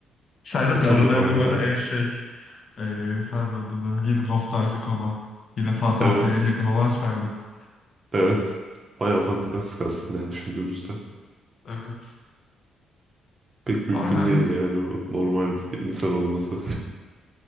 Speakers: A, on the left; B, on the right.
A: Sherlock'la
B: e, tabii
A: aralarında
B: harika.
A: bu arada en şey eee sen de adını yine nostaljik olan yine fantastiğe
B: Evet.
A: yakın olan Sherlock.
B: Evet. Bayağı fantastik aslında yani düşündüğümüzde.
A: Evet.
B: Pek mümkün
A: Ama
B: değil yani o normal bir insan olması.